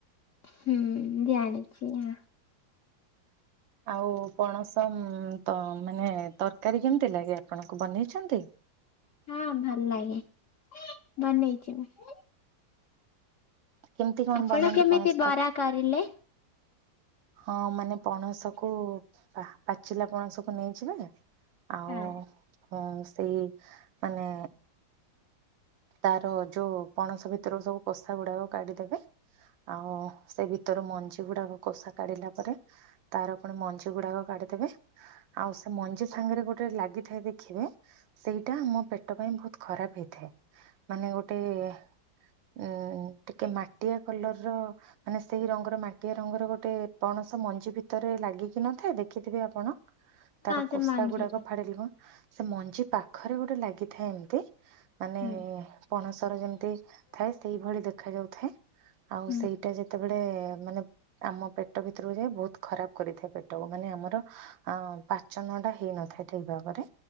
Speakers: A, on the left (about 60°); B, on the right (about 80°).
A: ହୁଁ ଜାଣିଛି।
B: ଆଉ ପଣସ ତ ମାନେ ତରକାରୀ କେମିତି ଲାଗେ ଆପଣଙ୍କୁ ବନେଇଛନ୍ତି?
A: ହଁ ଭଲ ଲାଗେ। ବନେଇଛି ମୁଁ।
B: କେମିତି କଣ
A: ଆପଣ
B: ବନାନ୍ତି
A: କେମିତି
B: ପଣସ
A: ବରା
B: ତରକାରୀ?
A: କରିଲେ?
B: ହଁ ମାନେ ପଣସକୁ ପାଚିଲା ପଣସକୁ ନେଇ ଯିବେ। ଆଉ
A: ହଁ
B: ସେଇ ମାନେ ତାର ଯୋଉ ପଣସ ଭିତର ସବୁ କୋଷା ଗୁଡାକ କାଢି ଦେବେ। ଆଉ ସେ ଭିତରୁ ମଞ୍ଜି ଗୁଡାକ କୋଷା କାଢିଲା ପରେ ତାର ପୁନିଜ ମଞ୍ଜି ଗୁଡାକ କାଢି ଦେବେ। ଆଉ ସେ ମଞ୍ଜି ସାଙ୍ଗରେ ଗୋଟେ ଲା ଗି ଥାଏ ଦେଖିବେ ସେଇଟା ଆମ ପେଟ ପାଇଁ ବହୁତ ଖରାପ ହେଇଥାଏ। ମାନେ ଗୋଟେ ଏ ଏଁ ଟିକେ ମାଟିଆ କଲର ର ମାନେ ସେଇ ରଙ୍ଗର ମାଟିଆ ରଙ୍ଗର ଗୋଟେ ପଣସ ମଞ୍ଜି ଭିତରେ ଲାଗିକି ନଥାଏ। ଦେଖିଥିବେ ଆପଣ ତାର
A: ସେ
B: କୋଷା
A: ମଞ୍ଜିରେ
B: ଗୁଡାକ ଫାଡି ସେ ମଞ୍ଜି ପାଖରେ ଗୋଟେ ଲାଗିଥାଏ ଏମତି। ମାନେ
A: ହୁଁ।
B: ପଣସର ଯେମିତି ଥାଏ ସେଇଭଳି ଦେଖା ଯାଉଥାଏ। ଆଉ
A: ହୁଁ
B: ସେଇଟା ଯେତେବେଳେ ମାନେ ଆମ ପେଟ ଭିତରକୁ ଯାଏ ବହୁତ ଖରାପ କରିଥାଏ ପେଟକୁ। ମାନେ ଆମର ଅ ପାଚନ ଟା ହେଇନଥାଏ ଠିକ୍ ଭାବରେ।